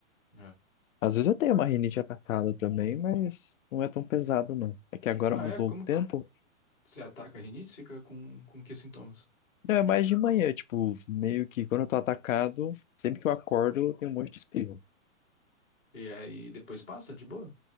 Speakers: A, in the centre; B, on the left (about 85°).
A: É.
B: Às vezes eu tenho uma rinite atacada também, mas não é tão pesado, não. É que agora
A: Ah,
B: mudou
A: é? Como
B: o tempo,
A: que você ataca a rinite? Fica com, com que sintomas?
B: Não, é mais de manhã, tipo, meio que quando eu tô atacado, sempre que eu acordo, eu tenho um monte de espirro.
A: E aí depois passa de boa?